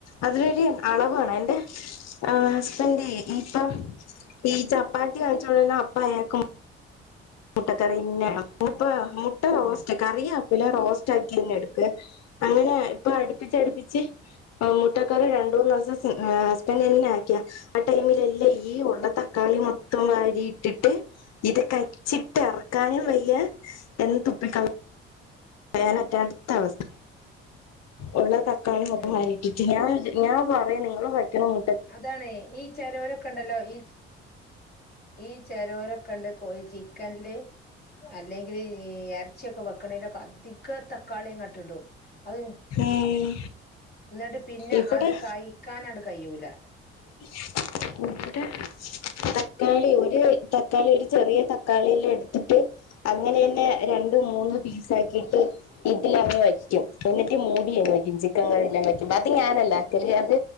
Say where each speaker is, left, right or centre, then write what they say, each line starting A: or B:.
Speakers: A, on the left (about 60°); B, on the left (about 35°).
A: അതിനൊര് അളവേണം അയിന്റെ ആഹ് ഹസ്ബന്റെ ഈപം ഈ ചപ്പാത്തി കഴിച്ചോണ്ടിര്ന്ന അപ്പയാക്ക് മുട്ടക്കറിന്നെ ണം മുപ്പ മുട്ട റോസ്റ്റ്
B: ഉം
A: കറിയാക്കൂല. റോസ്റ്റ് ആക്കി അങ്ങെട്ക്ക്യെ അങ്ങനെ ഇപ്പൊ അടുപ്പിച്ചടുപ്പിച്ച് ആഹ് മുട്ടക്കറി രണ്ടൂന്നൂസം ആഹ് ഹസ്ബന്റന്നെ ആക്ക്യ ആഹ് ടൈമില് എല്ല ഈ ഒള്ള തക്കാളി മൊത്തം വാരിയിട്ടിട്ട് ഇത് ക ച്ചിട്ട് എറക്കാനും വയ്യ എന്ത് തുപ്പിക്കള കളയാൻ പറ്റാത്ത അവസ്ഥ ഒള്ള തക്കാളി മൊത്തം
B: ഉം
A: വാരിറ്റിട്ട് ഞാൻ ഞാൻ പറയ്ണ് ഇങ്ങള് വെക്ക്ണ മു
B: അതാണ് ഈ ചെലോരക്ക ഇണ്ടല്ലൊ ഈച് ഈ ചെരോരക്കണ്ട് കോഴി ചിക്കൻല് അല്ലെങ്കില് ഈ എറച്ചിയൊക്ക വെക്കണേലൊക്ക അധി തികം തക്കാളിയങ്ങ്ട്ട് ഇടും അയ്
A: ഉം
B: ഇന്ന്ട്ട് പിന്ന
A: ഇവിടെ
B: അത് കഴിക്കാനട് കയ്യൂല
A: <unintelligible> തക്കാളി ഒര് തക്കാളി ഒര് ചെറിയ തക്കാളീല് എട്ത്തിട്ട് അങ്ങനെയെന്നെ രണ്ട് മൂന്ന് പീസാക്കീട്ട് ഇതിലങ് വയ്ക്കും എന്നിട്ട് മൂടിയങ്ങ് വയ്ക്കും ചിക്കങ്ങളെല്ലാം വെക്കും അത് ഞാനല്ല ക്കല് അത്